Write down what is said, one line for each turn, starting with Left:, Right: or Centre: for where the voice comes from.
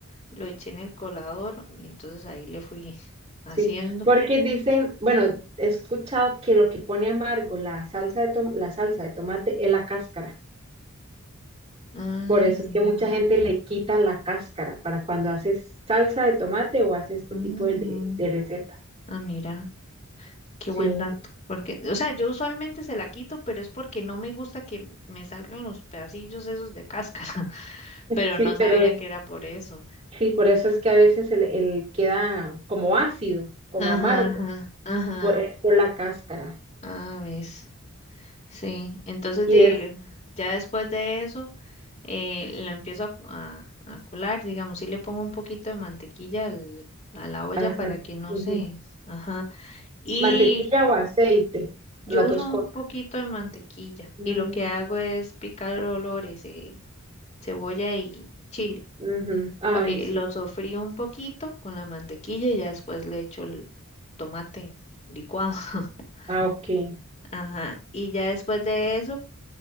Left: lo eché en el colador y entonces ahí le fui haciendo.
Right: Sí, porque dicen, bueno, he escuchado que lo que pone amargo la salsa de tom- la salsa de tomate es la cáscara.
Left: Ah,
Right: Por eso
Left: mira,
Right: es que mucha gente le quita la cáscara para cuando haces salsa de tomate o haces este
Left: ujú,
Right: tipo de, de, de recetas.
Left: ah, mira, qué
Right: Sí,
Left: buen dato, porque, o sea, yo usualmente se la quito, pero es porque no me gusta que me salgan los pedacillos esos de cáscara, <laughs> pero
Right: sí,
Left: no sabía
Right: pero es-
Left: que era por eso.
Right: sí, por eso es que a veces el, el queda como ácido, como
Left: Ajá,
Right: amargo,
Left: ajá, ajá,
Right: por, es por la cáscara.
Left: ah, ves. Sí, entonces
Right: Y
Left: di-
Right: es
Left: ya después de eso eh, lo empiezo a, a- a colar, digamos, sí le pongo un poquito de mantequilla al- a la olla
Right: salsa.
Left: para que no
Right: ujú.
Left: se, ajá, y
Right: Mantequilla o aceite,
Left: yo
Right: las
Left: uso
Right: dos cosas.
Left: un poquito de mantequilla
Right: Mm,
Left: y lo que hago es picar olores, eh, cebolla y chile,
Right: ujú. A
Left: Pa-
Right: ver,
Left: eh,
Right: sí.
Left: lo sofrío un poquito con la mantequilla y ya después le echo el tomate licuado, <laughs>
Right: Ah, ok.
Left: ajá, y ya después de eso